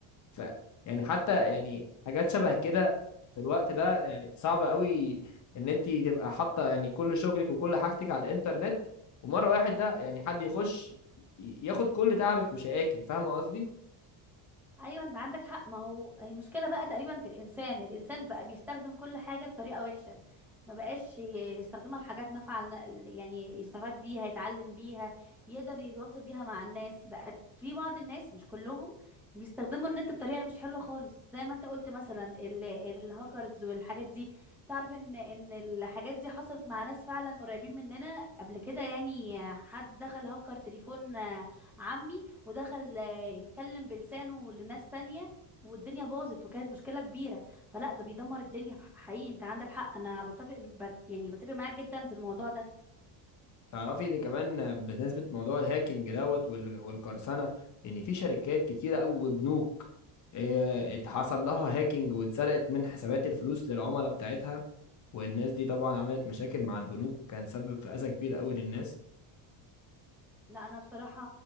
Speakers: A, on the left; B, in the centre.
A: ف يعني حتى يعني حاجات شبه كده في الوقت ده يعني صعب قوي ان انت تبقى حاطه يعني كل شغلك وكل حاجتك على الانترنت ومره واحد ده يعني حد يخش ي- ياخد كل تعبك وشقاكي فاهمه قصدي
B: ايوه انت عندك حق ما هو المشكله بقى تقريبا في الانسان الانسان بقى بيستخدم كل حاجه بطريقه وحشه ما بقاش ي- يستخدمها في حاجات نافعه لن- يعني يستفاد بيها يتعلم بيها يقدر يتواصل بيها مع الناس بقت في بعض الناس مش كلهم بيستخدموا النت بطريقه مش حلوه خالص زي ما انت قلت مثلا ال- الهاكرز والحاجات دي تعرف ان ان الحاجات دي حصلت مع ناس فعلا قريبين مننا قبل كده يعني حد دخل هكر تليفون آه، عمي ودخل آه، يتكلم بلسانه لناس تانية والدنيا باظت وكانت مشكلة كبيرة فلا ده بيدمر الدنيا حقيقي انت عندك حق انا بتفق بت يعني بتفق معاك جدا في الموضوع ده
A: تعرفي ان كمان بالنسبه لموضوع الهاكينج دوت وال- والقرصنه ان في شركات كتيره قوي وبنوك إيه، اتحصل لها هاكينج واتسرقت من حسابات الفلوس للعملاء بتاعتها والناس دي طبعا عملت مشاكل مع البنوك وكان سبب في اذى كبير قوي للناس
B: لا انا بصراحة